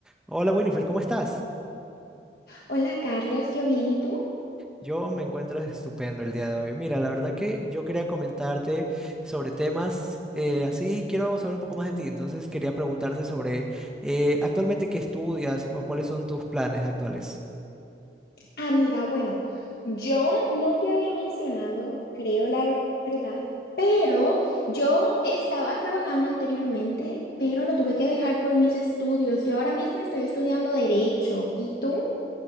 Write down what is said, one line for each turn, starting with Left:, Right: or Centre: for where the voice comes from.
Centre: Hola Winifred, ¿cómo estás?
Left: Hola Carlos, yo bien, ¿y tú?
Centre: Yo me encuentro estupendo el día de hoy. Mira, la verdad que yo quería comentarte sobre temas eh, así, quiero saber un poco más de ti, entonces quería preguntarte sobre eh, actualmente qué estudias o cuáles son tus planes actuales.
Left: Ah, mira, bueno, yo no te había mencionado, creo la ver- verdad, pero yo estaba trabajando anteriormente, pero lo tuve que dejar por mis estudios y ahora mismo estoy estudiando derecho. ¿Y tú?